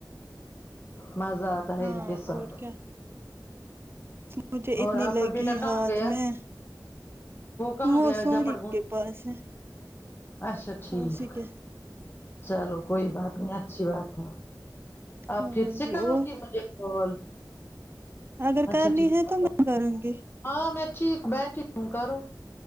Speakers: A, on the left; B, on the right.
A: مزہ آتا
B: ہاں
A: ہے ان کے ساتھ
B: اور کیا مجھے اتنی
A: اور آپ
B: لگی
A: کا بیٹا کہاں
B: ہاتھ
A: گیا
B: میں
A: کہاں
B: وہ
A: گیا
B: سونی
A: جپٹ گونج
B: کے پاس ہے
A: اچھا ٹھیک
B: اسی کے
A: چلو کوئی بات نہیں اچھی بات ہے
B: ہاں
A: آپ پھر سے
B: جی
A: کرو
B: اور
A: گی مجھے کال
B: اگر
A: اچھا
B: کرنی
A: ٹھیک
B: ہے تو
A: اللہ
B: میں کروں گی
A: ہاں میں ٹھیک بیٹھی ہوں کرو